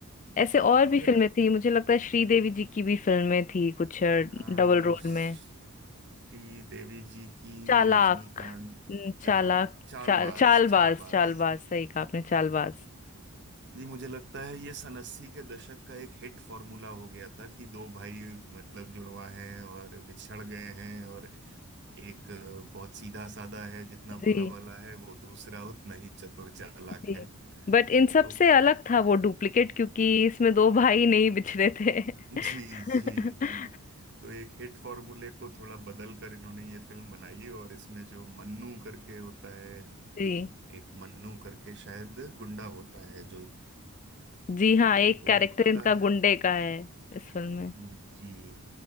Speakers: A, on the left (about 35°); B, on the right (about 50°).
A: ऐसे और
B: मुझे
A: भी फिल्में
B: लग
A: थी मुझे लगता है श्रीदेवी जी की भी फिल्में थी कुछ डबल
B: आ,
A: रोल
B: श्री
A: में
B: देवी जी की
A: चालाक
B: रजनीकांत
A: हम्म,
B: चाल
A: चालाक
B: चालबाज
A: चाल चालबाज
B: चालबाज
A: चालबाज सही कहा आपने चालबाज
B: जी मुझे लगता है ये सन अस्सी के दशक का एक हिट फॉर्मूला हो गया था कि दो भाई मतलब जुड़वा हैं और बिछड़ गए हैं और एक अ, बहुत सीधा साधा है जितना
A: जी
B: भोला भाला है वो दूसरा उतना ही चतुर चालाक
A: जी
B: है
A: बट इन सब
B: तो
A: से अलग था वो डुप्लीकेट क्योंकि इसमें दो भाई नहीं बिछड़े थे
B: जी
A: <laughs>
B: जी जी तो एक हिट फॉर्मूले को थोड़ा बदल कर इन्होंने ये फिल्म बनाई और इसमें जो मन्नू करके होता है
A: जी
B: एक मन्नू करके शायद गुंडा होता है जो
A: जी हाँ एक
B: वो
A: कैरेक्टर
B: होता
A: इनका
B: है
A: गुंडे का है इस फिल्म में
B: जी